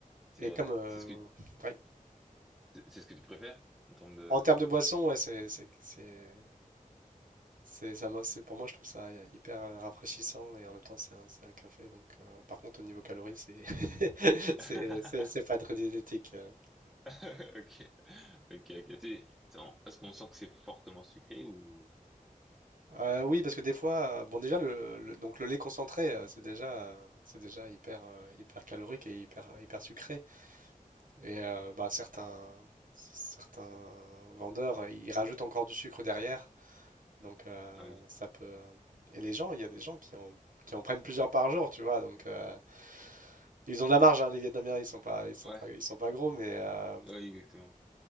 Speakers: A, in the centre; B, on the right.
A: C'est,
B: Et comme...
A: euh,
B: euh,
A: c'est ce que,
B: ouais.
A: c'est c'est ce que tu préfères en termes de,
B: En termes
A: de
B: de
A: boisson?
B: boisson, ouais, c'est... c'est- c'est- c'est- ça, me- c'est- pour moi, je trouve ça euh, hyper euh, rafraîchissant et en même temps, c'est un, c'est un café. Donc, euh, par contre, au niveau calories,
A: Ouais.
B: c'est
A: <laughs>
B: C'est c'est- c'est pas très diététique. euh.
A: Ok. Ok, ok. C'est- c'est en- Est-ce qu'on sent que c'est fortement sucré ou...
B: Euh, oui, parce que des fois, euh, bon déjà le, le- donc le lait concentré, euh, c'est déjà euh, c'est déjà hyper euh, hyper calorique et hyper hyper sucré. Et euh, bah certains certains vendeurs, euh, ils rajoutent encore du sucre derrière. Donc euh,
A: Ah oui.
B: ça peut et les gens, il y a des gens qui en qui en prennent plusieurs par jour, tu vois. Donc euh, ils ont de la marge, hein, les Vietnamiens, ils sont pas ils sont
A: Ouais,
B: pas ils sont pas gros, mais euh,
A: ouais, exactement.